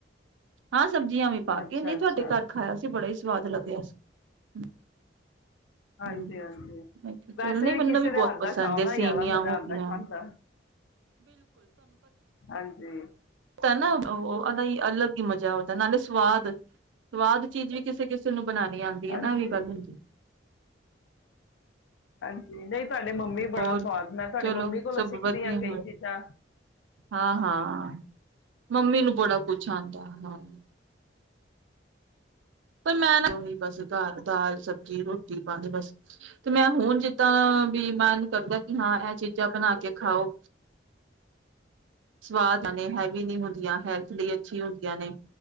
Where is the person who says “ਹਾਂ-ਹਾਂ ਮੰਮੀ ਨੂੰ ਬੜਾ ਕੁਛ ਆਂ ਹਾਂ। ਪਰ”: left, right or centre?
Right